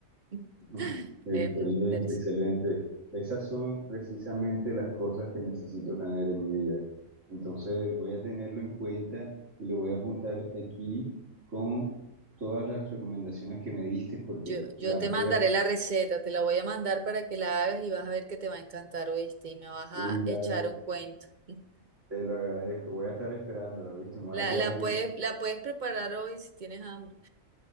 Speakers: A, on the right; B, on the right.
A: <laughs>
B: ¿no? Excelente,
A: Es muy interesante.
B: excelente. Esas son precisamente las cosas que necesito tener en mi vida. Entonces voy a tenerlo en cuenta y lo voy a apuntar aquí con todas las recomendaciones que me diste porque
A: Yo, yo
B: las
A: te
B: voy
A: mandaré
B: a aplicar.
A: la receta, te la voy a mandar para que la hagas y vas a ver que te va a encantar, ¿oíste? Y me vas a
B: Uy, dale,
A: echar un cuento. <laughs>
B: te lo agradezco. Voy a estar esperándolo, ¿viste? Me voy
A: La,
B: a quedar
A: la
B: aquí
A: puedes, la puedes preparar hoy si tienes hambre.